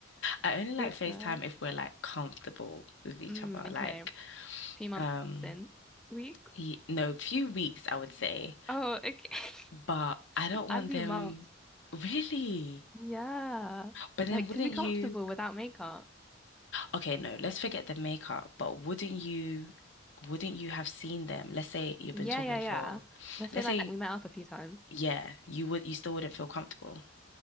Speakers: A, on the left; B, in the centre.
A: I only like
B: goodness.
A: FaceTime if we're like comfortable with each
B: Mm,
A: other. Like,
B: okay. A few months
A: um,
B: in. Weeks.
A: ye- no, few weeks I would say.
B: Oh, okay.
A: But I
B: <laughs>
A: don't
B: I'd
A: want
B: be
A: them
B: months.
A: really.
B: Yeah.
A: But then
B: Like
A: wouldn't
B: to be comfortable
A: you?
B: without makeup.
A: Okay, no, let's forget the makeup, but wouldn't you wouldn't you have seen them? Let's say you've
B: Yeah,
A: been talking
B: yeah,
A: for
B: yeah. Let's
A: let's
B: say like
A: say
B: we met up a few times.
A: yeah, you would you still wouldn't feel comfortable.